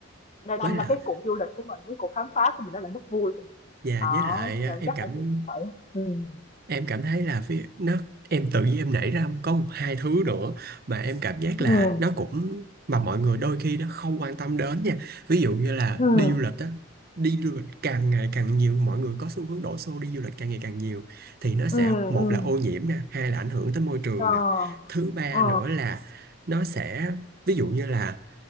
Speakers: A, on the left; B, on the right.
A: nên đâm
B: với lại
A: ra cái cuộc du lịch của mình, cái cuộc khám phá của mình nó lại mất vui thì,
B: dạ
A: Đó,
B: với lại
A: cho
B: á,
A: nên
B: em
A: chắc
B: cảm
A: là chị cũng phải ừm,
B: em cảm thấy là phía nó em tự nhiên em nảy ra có một hai thứ nữa mà em cảm giác
A: ừm,
B: là nó cũng mà mọi người đôi khi nó không quan tâm đến nha ví dụ như là
A: ừm.
B: đi du lịch á đi du lịch càng ngày càng nhiều mọi người có xu hướng đổ xô đi du lịch càng ngày càng nhiều thì nó sẽ
A: Ừ,
B: một
A: ừ,
B: là ô nhiễm nè hai là ảnh hưởng tới môi trường
A: ờ,
B: nè thứ ba
A: ờ,
B: nữa là nó sẽ ví dụ như là